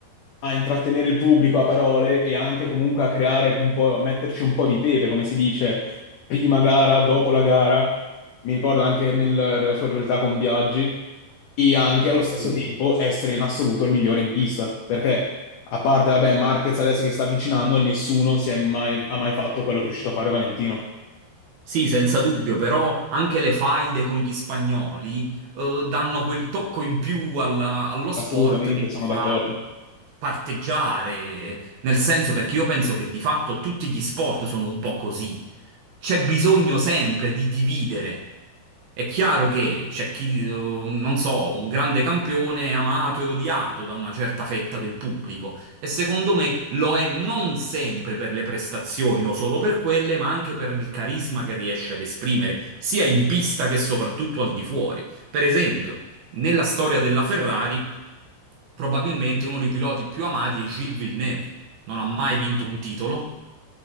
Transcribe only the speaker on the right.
Appunto.
Sì, senza dubbio, però anche le faide con gli spagnoli eh, danno quel tocco in più alla- allo sport
che
ti fa
parteggiare, nel senso perché io penso che di fatto tutti gli sport sono un po' così. C'è bisogno sempre di dividere. È chiaro che c'è chi, eh, non so, un grande campione è amato e odiato da una certa fetta del pubblico. E secondo me me lo è non sempre per le prestazioni o solo per quelle, ma anche per il carisma che riesce ad esprimere, sia in pista che soprattutto al di fuori. Per esempio, nella storia della Ferrari, probabilmente uno dei piloti più amati è Gilles Villeneuve. Non ha mai vinto un titolo,